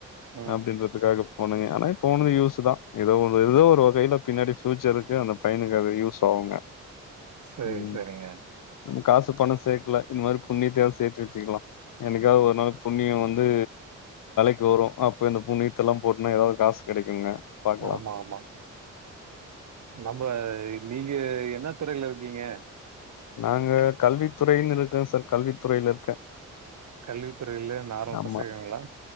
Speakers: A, on the right; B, on the left.
A: ம்
B: அப்டின்றதுக்காக போனங்க ஆனா போனது யூஸ்தா எதோ ஒரு எதோ ஒரு வகைல பின்னாடி ஃபியூச்சருக்கு அந்த பையனுக்கு அது யூஸ் ஆகுங்க
A: சேரி
B: ம்
A: சேரிங்க
B: நம்ம காசு பணோ சேக்கல இந்த மாரி புண்ணியத்தயாது சேத்து வெச்சுக்கலா என்னிக்காது ஒரு நாள் புண்ணியோ வந்து வரு அப்ப இந்த புண்ணீத்த எல்லா போட்டனா எதாவது காசு கிடைக்குங்க பாக்கலாம்
A: ஆமா ஆமா நம்ம நீங்க என்ன துறையில இருக்கீங்க
B: நாங்க கல்வி துறைன்னு இருக்க சார் கல்வி துறையில இருக்க
A: கல்வித்துறையில நார்மல்
B: ஆமா
A: பசங்களா?